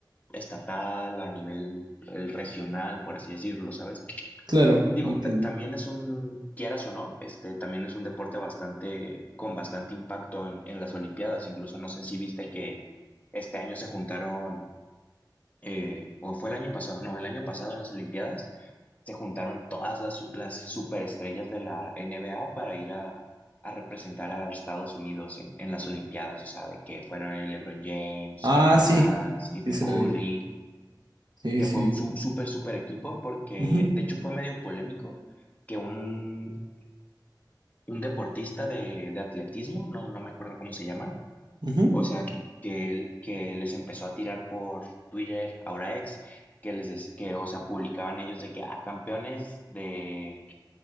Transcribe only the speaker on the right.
Claro,
entiendo.
Ah,
sí,
sí se
la vi. Sí,
sí
vi.
Ujú,
ujú,